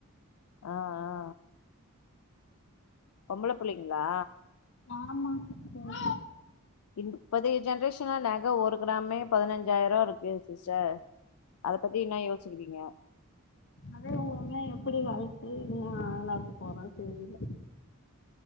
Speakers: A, on the left; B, on the left.
A: ஆ ஆ பொம்பள புள்ளைங்களா
B: ஆமா சிஸ்டர்
A: இப்பதி ஜென்ரேஷன்ல நக ஒரு கிராமே பதினஞ்சாயிரம் இருக்கு சிஸ்டர் அத பத்தி என்ன யோசிக்கிறீங்க
B: அதே இவுங்களலாம் எப்டி வளத்து என்னா ஆளாக்க போறமுனு தெரில